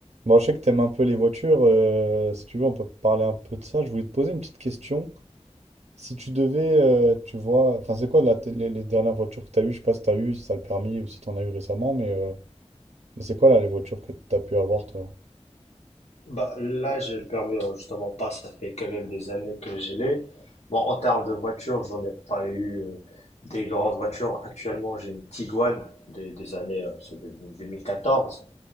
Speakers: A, on the right; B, on the left.
A: Bon, je sais que t'aimes un peu les voitures. euh, si tu veux, on peut parler un peu de ça. Je voulais te poser une petite question. Si tu devais, euh, tu vois, enfin, c'est quoi là, tes- les, les dernières voitures que t'as eues? Je sais pas si t'as eu, si t'as le permis ou si t'en as eu récemment, mais, euh, mais c'est quoi là les voitures que t'as pu avoir, toi?
B: Bah, là, j'ai le permis, euh, justement pas, ça fait quand même des années que je l'ai. Bon, en termes de voiture, j'en ai pas eu euh, des grandes voitures. Actuellement, j'ai une Tiguan des, des années euh, c'est de 2014.